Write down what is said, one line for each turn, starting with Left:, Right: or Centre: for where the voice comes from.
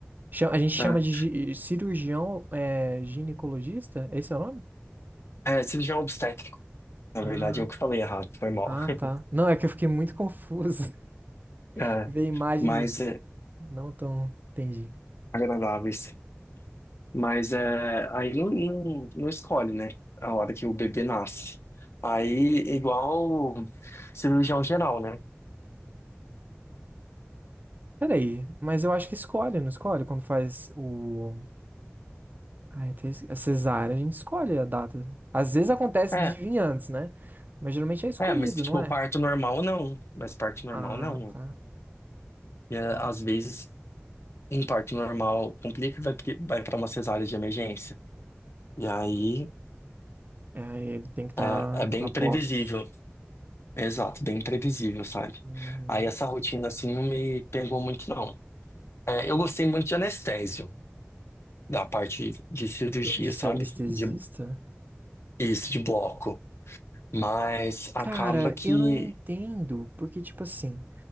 Right: Cha- A gente chama
Left: né?
Right: de gi- cirurgião é, ginecologista? Esse é o nome?
Left: É, cirurgião obstétrico. Na
Right: Ah,
Left: verdade, eu que falei errado, foi mal.
Right: ah, tá.
Left: <laughs>
Right: Não, é que eu fiquei muito confuso. <laughs>
Left: É,
Right: Ver imagens
Left: mas é,
Right: não tão. Entendi.
Left: agradáveis. Mas é, aí não, não, não escolhe, né? A hora que o bebê nasce. Aí, igual cirurgião geral, né?
Right: Peraí, mas eu acho que escolhe, não escolhe? Quando faz o. Ai, até esque- a cesárea, a gente escolhe a data. Às vezes acontece
Left: É,
Right: de vir antes, né? Mas geralmente é escolhido,
Left: é, mas tipo,
Right: não é?
Left: parto normal não. Mas parto normal
Right: Ah,
Left: não.
Right: tá.
Left: E é,
Right: É.
Left: às vezes, um parto normal complica e vai, vai para uma cesárea de emergência. E aí.
Right: É, aí ele tem que estar
Left: É, é bem
Right: a
Left: imprevisível.
Right: postos.
Left: Exato, bem imprevisível, sabe?
Right: Hum,
Left: Aí essa rotina assim não me pegou muito, não. É, eu gostei muito de anestésio, da parte de cirurgia,
Right: De ser
Left: sabe?
Right: anestesista?
Left: De, isso, de bloco. Mas acaba
Right: Cara,
Left: que.
Right: eu não entendo, porque, tipo assim,